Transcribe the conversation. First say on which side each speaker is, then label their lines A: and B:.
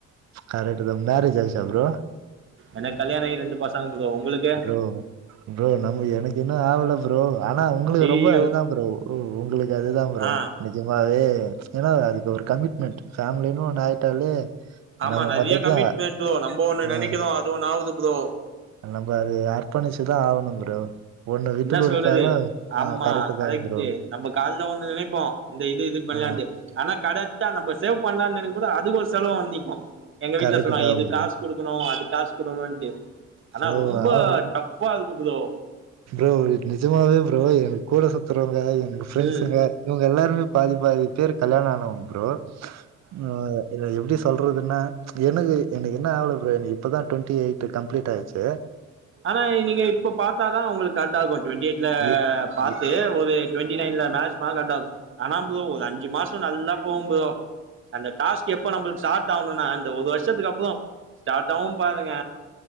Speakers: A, on the right (about 60°); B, on the right (about 40°).
A: கரெக்ட் தா மேரேஜ் ஆயிச்சா ப்ரோ
B: எனக்கு கல்யாண ஆகி ரெண்டு பசங்க ப்ரோ உங்களுக்கு
A: ப்ரோ ப்ரோ நம் எனக்கு இன்னு ஆகல ப் ப்ரோ ஆனா உங்களுக்கு
B: ஐயயோ
A: ரொம்ப அதுதா ப்ரோ உ உங்களுக்கு அதுதா ப்ரோ
B: ஆ
A: நெஜமாவே ஏன்னா அதுக்கு ஒரு கமிட்மெண்ட் ஃபேமிலின்னு ஒண்ணு ஆயிட்டாலே
B: ஆமா
A: நம்ம
B: நெறைய
A: மொத்தத்தையு
B: கமிட்மெண்ட் ப்ரோ நம்ம ஒன்னு
A: ஆ
B: நெனைக்கிறோ அது ஒன்னு ஆவுது ப்ரோ
A: நம்ம அது அர்ப்பணிச்சுதா ஆகணு ப்ரோ ஒண்ணு விட்டு
B: இன்னா
A: குடுத்தாலு
B: சொல்றது ஆமா
A: ஆ கரெக்ட்
B: கரெக்ட்டு
A: தா ப்ரோ
B: நம்ம கால்ல ஒண்ணு நெனைப்போ இந்த இது இது பண்லான்ட்டு
A: ஆ
B: ஆனா கரெக்டா நம்ம சேவ் பண்ணலானு நெனைக்கும் போ ப்ரோ அதுக்கு ஒரு செலவு வந்து நிக்கு எங்க வீட்டுல
A: கரெக்ட்
B: சொல்லுவாங்க
A: தா
B: இதுக்
A: ப்ரோ
B: காசு குடுக்கணு அதுக் காசு குடுக்கணுன்ட்டு ஆனா
A: ப்ரோ
B: ரொம்ப
A: ஆமா
B: டஃப்பா கு ப்ரோ
A: ஒ நிஜமாவே ப்ரோ எனக்கு கூட சுத்தறவங்க எங்க ஃபிரெண்ட்ஸ்ங்க
B: ம்
A: இவங்க எல்லாருமே பாதி பாதி பேர் கல்யாணம் ஆனவங்க ப்ரோ ஆ என்னது எப்டி சொல்றதுன்னா எனக்கு எனக்கு இன்னு ஆவல ப்ரோ எனக்கு இப்போ தா டுவெண்ட்டி எயிட் கம்ப்ளீட் ஆச்சு
B: ஆனா நீங்க இப்ப பாத்தாதா உங்களுக் காண்டா பத்து விக்கெட்ல
A: இ
B: பாத்து
A: இ
B: ஒரு ஏ டுவெண்டி நயன்ல மாஸ்னா கட் ஆகு ஆதா ப்ரோ ஒரு அஞ்சு மாச நல்லா போம் போதா அந்த டாஸ்க் எப்ப நம்பளுக்கு சார்ட் ஆணுனா இந்த ஒரு வர்ஷத்துக்கு அப்றோ ஸ்டார்ட் ஆவும் பாருங் க